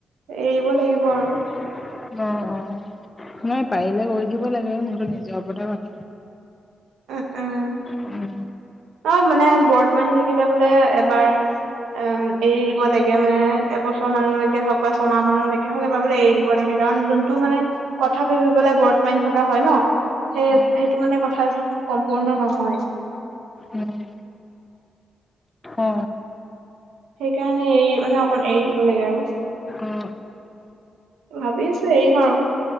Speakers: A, on the right; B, on the left.
A: এৰিব লাগিব
B: উম <unintelligible>
A: আৰু
B: অ অ নয় পাৰিলে কৰি দিব লাগে সেইটো নিজৰ ওপৰতে কথা।
A: উম্ উম।
B: উম
A: অ মানে বৰ্ত মানি থাকিলে বোলে এবাৰ অম এৰি দিব লাগে মানে এবছৰ মানুলৈকে হওক বা ছমাহ মানলৈকে হওক এবাৰ বোলে এৰি দিব লাগে। কাৰণ যোনটো মানে কথা ভাাবি পেলাই বত মানি থকা হয় ন সেই
B: উম।
A: সেইটো মানে কথা সম্পূৰ্ণ নহয়।
B: উম অ
A: সেইকাৰণে এ মানে অকণ এৰি দিব লাগে আৰু
B: অ
A: ভাবি আছো এৰিম আৰু